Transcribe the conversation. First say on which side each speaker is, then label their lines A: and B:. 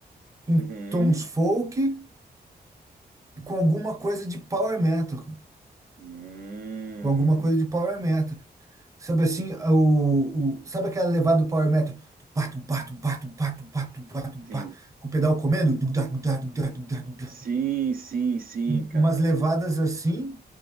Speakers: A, on the right; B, on the right.
A: com
B: Uhum.
A: tons folk e com alguma coisa de power metal, cara.
B: Uhum.
A: Com alguma coisa
B: Hum,
A: de power metal. Sabe assim, o, o- sabe aquela levada do Power Metal? Tupá, tupá, tupá, tupá, tupá, tupá, tupá,
B: Sim.
A: com o pedal comendo? Dugdá, dugdá, dugdá, dugdá, dugdá.
B: Sim, sim, sim,
A: Um-
B: cara.
A: Umas levadas assim,